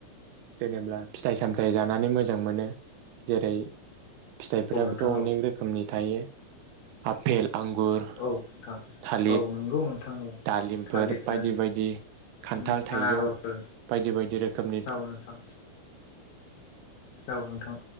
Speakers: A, on the right; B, on the left.
A: जेनेब्ला फिथाइ सामथाइ जानानै मोजां मोनो। जेरै फिथाइफोराबोथ'
B: औ नोंथां
A: अनेक
B: औ
A: रोखोमनि थायो। आफेल आंगुर
B: औ नोंथां
A: थालिर,
B: औ नंगौ नोंथां औ
A: दालिमफोर
B: थालिर
A: बायदि
B: थोन
A: बायदि खान्थाल,
B: उम
A: थाइजौ
B: आनारसफोर
A: बायदि बायदि रोखोमनि।
B: औ नोंथां औ नोंथां।